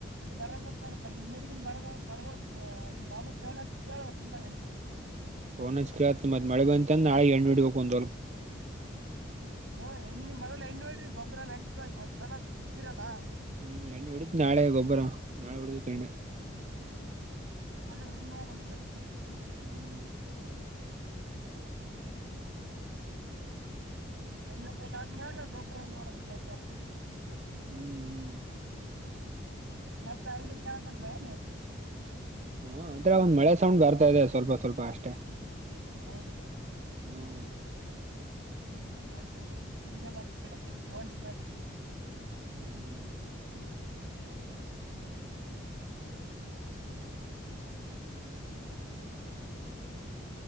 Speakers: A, on the right; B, on the right.
A: ಬರಂಗಿಲ್ಲ ನೋಡಪಾ ನಿಮ್ಮ್ ಊರಿಗ್ ಇನ್ನ್ ಬರ್ಬೋದ ಬರ್ಬೋದ ಬಾಬುಗ ಫೋನ್ ಹಚ್ ಕೇಳ ಹಿಂದಗಡಿಗಿ.
B: ಫೋನ್ ಹಚ್ ಕೇಳತನ್ ಮತ್ ಮಳೆ ಬಂತಂದ್ರ್ ನಾಳೆಗ್ ಎಣ್ಣಿ ಹೊಡಿಬೇಕ ಒಂದ್ ಹೊಲಕ್ಕ್.
A: ಹ್ಮ್ ಇನ್ನ್ ಮಳಿಲಿ ಎಣ್ಣಿ ಹೊಡಿರಿ ಗೊಬ್ಬರ ನಡೀತದ ಈಗ ಒಂದ್ ಸಲಕ ಬಿತ್ತಿರಲ್ಲ.
B: ಹ್ಮ್ ಎಣ್ಣಿ ಹೊಡಿತನ ನಾಳೆ ಗೊಬ್ಬರ ನಾಳೆ ಹೊಡಿಬೇಕ್ ಎಣ್ಣೆ.
A: <unintelligible>
B: ಹ್ಮ್.
A: ಹನ್ನೆರಡ ಆದ್ಮೇಲೆ ಗೊಬ್ಬರ ನೋಡಬೇಕ್ ಗೊತ್ತಾತದ.
B: ಹ್ಮ್. ಹ್ಮ್
A: ಮತ್ ಅಲ್ಲಿಗ ಕೆಳಕಂತ್ಯಾ ನಿ.
B: ಹ್ಮ್ ಅದ ಅನ್ನಿ ಮಳೆ ಸೌಂಡ್ ಬರ್ತಾ ಇದೆ ಸ್ವಲ್ಪ ಸ್ವಲ್ಪ ಅಷ್ಟೇ.
A: ಅರಾಮಿದಾರ ಅವ್ರ್.
B: ಹ್ಮ್.
A: <unintelligible>
B: ಹ್ಮ್.